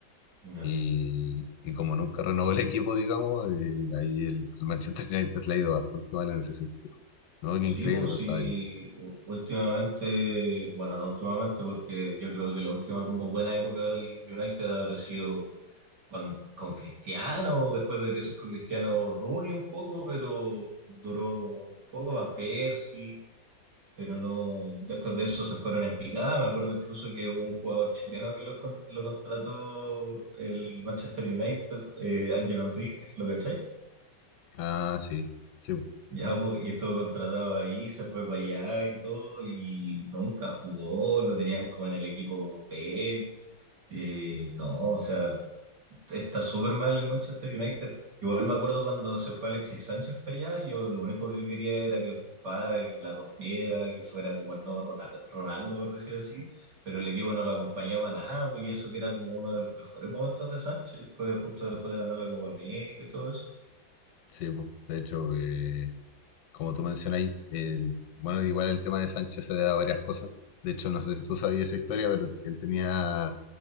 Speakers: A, on the right; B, on the left.
A: ya
B: Y, y como nunca renovó el equipo, digamos, eh, ahí el, al Manchester United le ha ido bastante mal en ese sentido. No, qué
A: Sí,
B: increíble
A: pues
B: pensaba
A: sí,
B: yo.
A: u- últimamente, bueno, no últimamente, porque yo creo que la última como buena época del United habrá sido con, con Cristiano, después de que se fue Cristiano Rooney un poco, pero duró un poco Van Persie, pero no, después de eso se fueron en picada. Me acuerdo incluso que hubo un jugador chileno que los con- lo, contrató el Manchester United, eh, Ángel Enríquez, ¿lo cachai?
B: Ah, sí, sí, po,
A: Ya, po, y estuvo contratado ahí, se fue para allá y todo, y nunca jugó, lo tenían como en el equipo B. eh, no, o sea, está súper mal el Manchester United. Igual me acuerdo cuando se fue Alexis Sánchez para allá, yo lo único que quería era que triunfara, que la rompiera, que fuera como el nuevo Rona- Ronaldo, por decir así, pero el equipo no lo acompañaba nada, po, y eso que era como uno de los mejores momentos de Sánchez, fue justo después de ganar la Copa América y todo eso.
B: sí, po. De hecho, eh, como tú mencionas, el, bueno, igual el tema de Sánchez se da a varias cosas. De hecho, no sé si tú sabías esa historia, pero él tenía